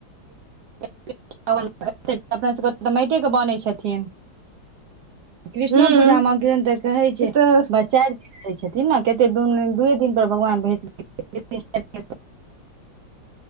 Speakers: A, on the right; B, on the right.
A: <unintelligible> अपना सब के तऽ माइटे के बनै छथिन। कृष्णो
B: हूँ
A: पुजा में केहन तऽ कहै छै
B: ई तऽ
A: बा चाइर दिन रहै छथिन न। कते दुन दुइ दिन पर भगवान भैंस <unintelligible>